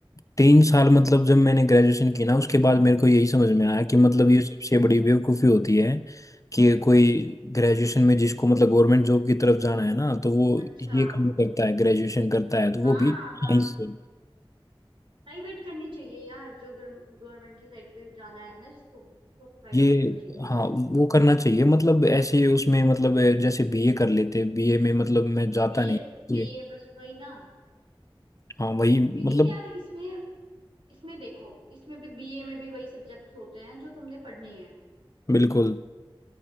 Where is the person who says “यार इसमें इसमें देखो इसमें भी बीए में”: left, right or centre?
Right